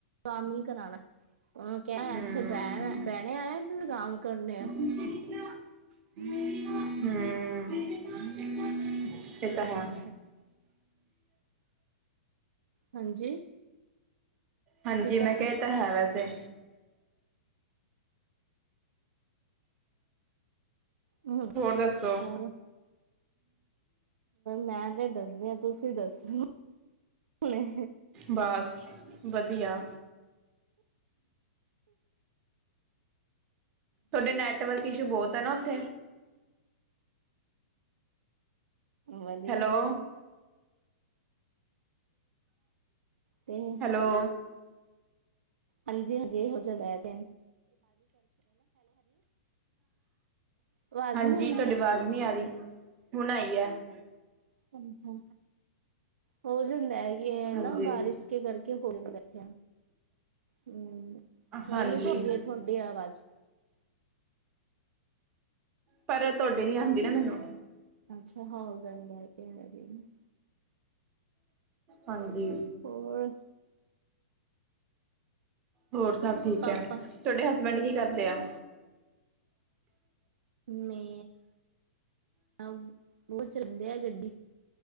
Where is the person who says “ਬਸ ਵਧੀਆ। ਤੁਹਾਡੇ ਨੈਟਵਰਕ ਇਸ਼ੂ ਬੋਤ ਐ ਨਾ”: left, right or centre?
Right